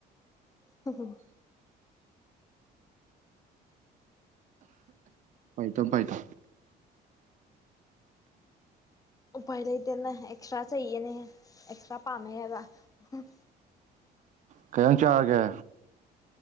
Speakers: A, on the left (about 20°); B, on the right (about 45°).
A: ꯍ ꯍ
B: ꯄꯥꯏꯇꯣ ꯄꯥꯏꯇꯣ
A: ꯎꯄꯥꯏ ꯂꯩꯇꯦꯅ ꯑꯦꯛꯁꯇ꯭ꯔꯥ ꯆꯩꯌꯦꯅꯦ ꯑꯦꯛꯁꯇ꯭ꯔꯥ ꯄꯥꯝꯃꯦ ꯍꯥꯏꯕ꯫ ꯎꯝ꯫
B: ꯀꯩꯖꯡ ꯆꯥꯔꯒꯦ꯫